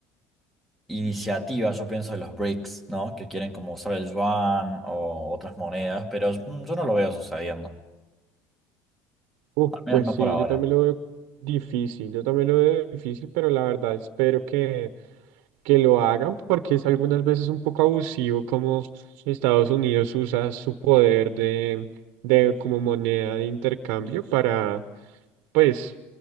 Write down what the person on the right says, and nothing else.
Uf,
pues
sí,
yo también lo veo difícil, yo también lo veo difícil, pero la verdad espero que, que lo hagan porque es algunas veces un poco abusivo como Estados Unidos usa su poder de, de como moneda de intercambio para pues,